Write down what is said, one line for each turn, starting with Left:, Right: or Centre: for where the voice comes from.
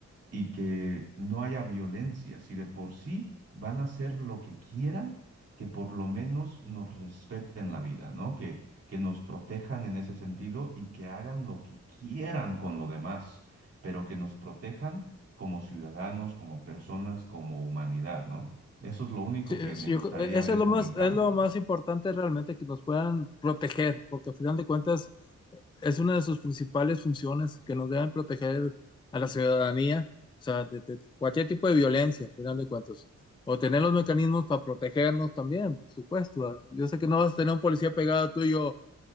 Right: y que no haya violencia. Si de por sí van a hacer lo que quieran, que por lo menos nos respeten la vida, ¿no? Que, que nos protejan en ese sentido y que hagan lo que quieran con lo demás, pero que nos protejan como ciudadanos, como personas, como humanidad, ¿no? Eso es lo único
Left: Sí, es-
Right: que me
Left: yo
Right: gustaría
Left: creo- e, eso
Right: ver
Left: es lo
Right: como
Left: más,
Right: en cambio.
Left: es lo más importante realmente que nos puedan proteger, porque al final de cuentas e, es una de sus principales funciones que nos deben proteger a la ciudadanía, o sea, de, de cualquier tipo de violencia, al final de cuentas, o tener los mecanismos para protegernos también, por supuesto. ¿verdad? Yo sé que no vas a tener un policía pegado tuyo